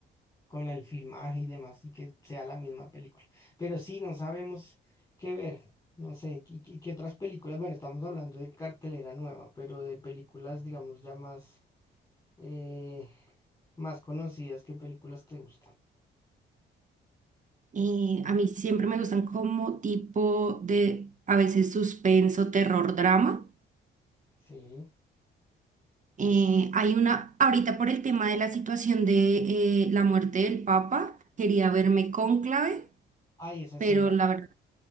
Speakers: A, on the left; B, on the right.
A: con la- el filmaje y demás, y que sea la misma película. Pero sí, no sabemos qué ver, no sé, qué, qué- qué otras películas, bueno, estamos hablando de cartelera nueva, pero de películas, digamos, ya más, eh, más conocidas, ¿qué películas te gustan?
B: Eh, a mí siempre me gustan como tipo de, a veces suspenso, terror, drama.
A: Sí.
B: Eh, hay una, ahorita por el tema de la situación de eh, la muerte del Papa, quería verme Cónclave,
A: Ay, esa
B: pero
A: sí la,
B: la verdad,